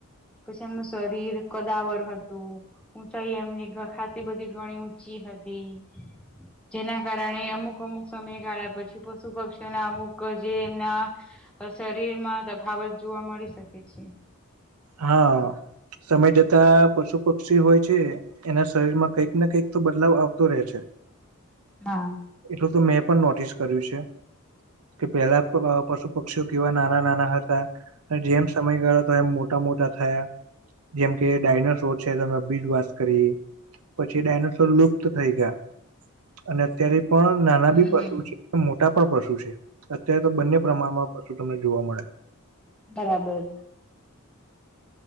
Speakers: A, in the centre; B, on the right.
A: પછી એમનું શરીર કદાવર હતું. ઊંચાઈ એમની ખા બધી ઘણી ઊંચી હતી. જેના કારણે અમુક અમુક સમયગાળા પછી પશુ પક્ષીઓના અમુક જે એમના. તો શરીર માં તફાવત જોવા મળી શકે છે.
B: હા, સમય જતા પશુ પક્ષી હોય છે. એના શરીર માં કંઈક કંઈક તો બદલાવ આવતો રહે છે.
A: હા.
B: એટલું તો મેં પણ નોટિસ કર્યું છે. કે પેલા પશુ પક્ષીઓ કેવા નાના નાના હતા. જેમ સમય ગાળો હતો એમ મોટા મોટા થયા. જેમ કે ડાયનાસોર છે તમે બીજ વાત કરી. પછી ડાયનોસોર લુપ્ત થઈ ગયા. અને અત્યારે પણ નાના
A: હા
B: બી પશુ છે મોટા પણ પશુ છે. અત્યારે તો બંને પ્રમાણમાં તમને જોવા મળે.
A: બરાબર.